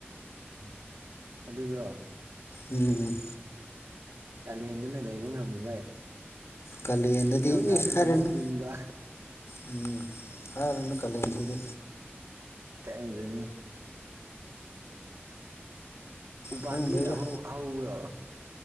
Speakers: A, on the right; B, on the left.
A: ꯎꯝ ꯑꯗꯨꯗꯨꯔꯣ
B: ꯎꯝ
A: ꯀꯥꯂꯦꯟꯗꯅ ꯂꯩꯕ ꯉꯝꯗꯕ
B: ꯀꯥꯂꯦꯟꯗꯗꯤ
A: ꯏꯪꯊꯝꯊꯥꯗꯨꯅ
B: ꯑꯩꯁ ꯍꯥꯏꯔꯅꯨ
A: ꯑꯃꯨꯛ ꯏꯪꯕ
B: ꯎꯝ ꯍꯥꯏꯔꯅꯨ ꯀꯥꯂꯦꯟ ꯗꯗꯤ
A: ꯈꯪꯗ꯭ꯔꯦꯅꯦ ꯎꯄꯥꯟꯕꯤꯒ
B: ꯈꯪꯗꯦꯗ
A: ꯍꯧ ꯍꯧꯕ꯭ꯔꯣ